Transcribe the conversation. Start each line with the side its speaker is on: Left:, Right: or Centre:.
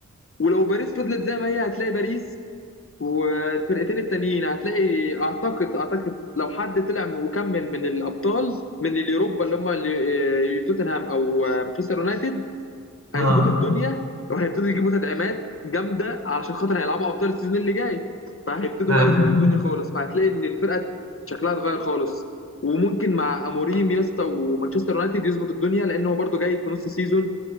Left: ولو باريس فضلت زي ما هي هتلاقي باريس والفرقتين التانيين هتلاقي اعتقد اعتقد لو حد طلع من- وكمل من الابطال من اليوروبا اللي هم اللي- آه، توتنهام او آه، مانشستر يونايتد هيظبطوا
Right: اه
Left: الدنيا وهيبتدوا يجيبوا تدعيمات جامده علشان خاطر هيلعبوا ابطال السيزون اللي جاي فهيبتدوا
Right: ايوه
Left: بقى يظبطوا
Right: فاهم.
Left: الدنيا خالص فهتلاقي ان الفرقه شكلها اتغير خالص وممكن مع اموريم يا اسطى ومانشستر يونايتد يظبط الدنيا لان هو برده جاي في نص سيزون